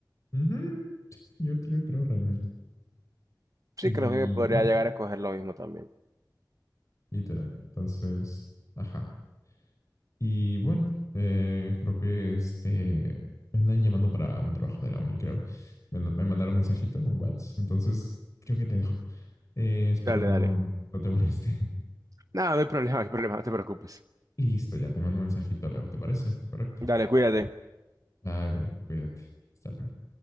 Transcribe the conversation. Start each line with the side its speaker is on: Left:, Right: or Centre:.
Left: Ujú, Yo creo, creo realmente.
Right: Sí,
Left: Y
Right: creo que podría
Left: bueno,
Right: llegar a escoger lo mismo también.
Left: literal. Entonces, ajá. Y bueno, eh, creo que este me andan llamando para un trabajo de la uni, creo. Me, me mandaron un mensajito, un WhatsApp. Entonces, creo que te dejo. Eh, espero
Right: Dale,
Left: no,
Right: dale.
Left: no no, no te moleste.
Right: No, no hay problema, no hay problema, no te preocupes.
Left: <laughs> Listo, ya te mando un mensajito luego, ¿te parece? Correcto.
Right: Dale, cuídate.
Left: Bye, bye. Cuídate. Hasta luego.